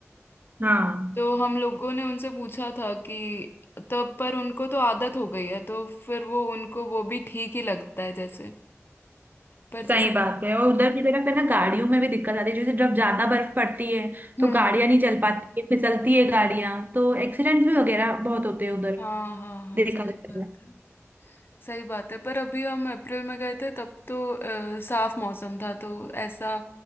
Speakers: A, on the right; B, on the left.
A: हाँ
B: तो हम लोगों ने उनसे पूछा था कि तब पर उनको तो आदत हो गई है तो फिर वो उनको वो भी ठीक ही लगता है जैसे पर जैसे
A: सही बात है और उधर की तरफ है ना गाड़ियों में भी दिक्कत आती है जैसे जब ज्यादा बर्फ पड़ती है
B: हम्म
A: तो गाड़ियां
B: हम्म
A: नहीं चल पाती है फिसलती है गाड़ियां तो एक्सीडेंट्स भी वगैरह बहुत होते हैं उधर
B: हाँ हाँ हाँ
A: देखा
B: सही
A: जाए
B: बात
A: तो।
B: है सही बात है पर अभी हम अप्रैल में गए थे तब तो अ, साफ मौसम था तो ऐसा